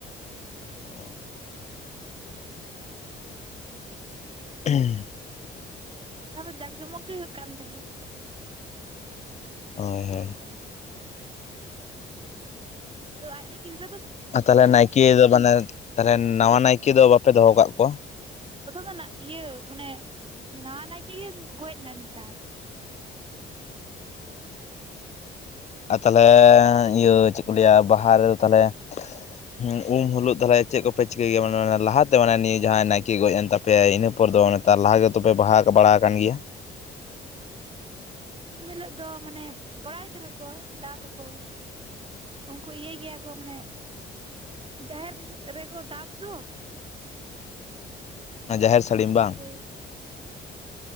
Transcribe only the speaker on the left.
ᱚ᱾ <unintelligible>
ᱦᱳᱭ ᱦᱮᱸ᱾
ᱟᱫ ᱛᱟᱞᱦᱮ ᱱᱟᱭᱠᱮ ᱫᱚ ᱢᱟᱱᱮ ᱛᱟᱞᱦᱮ ᱱᱟᱣᱟ ᱱᱟᱭᱠᱮ ᱫᱚ ᱵᱟᱯᱮ ᱫᱚᱦᱚ ᱟᱠᱟᱜ ᱠᱚᱣᱟ?
ᱟᱨ ᱛᱟᱦᱚᱞᱮ ᱤᱭᱟᱹ ᱪᱮᱫ ᱠᱚ ᱞᱟᱹᱭᱟ ᱵᱟᱦᱟ ᱨᱮᱫᱚ ᱛᱟᱞᱦᱮ ᱦᱮᱸ ᱩᱢ ᱦᱤᱞᱳᱜ ᱛᱟᱦᱚᱞᱮ ᱪᱮᱫ ᱠᱚᱯᱮ ᱪᱤᱠᱟᱹᱭ ᱜᱮᱭᱟ ᱢᱟᱱᱮ ᱞᱟᱦᱟᱛᱮ ᱢᱟᱱᱮ ᱱᱤᱭᱟᱹ ᱡᱟᱦᱟᱸᱭ ᱱᱟᱭᱮ ᱜᱚᱡ ᱮᱱ ᱛᱟ ᱯᱮᱭᱟᱭ ᱤᱱᱟᱹ ᱯᱚᱨ ᱫᱚ ᱢᱟᱱᱮ ᱛᱟᱨ ᱞᱟᱦᱟ ᱜᱮᱛᱚᱯᱮ ᱵᱟᱦᱟ ᱵᱟᱲᱟ ᱠᱟᱱ ᱜᱮᱭᱟ ᱾
ᱚᱱᱟ ᱡᱟᱦᱮᱨ ᱥᱟᱹᱲᱤᱢ ᱵᱟᱝ?
<inaudible>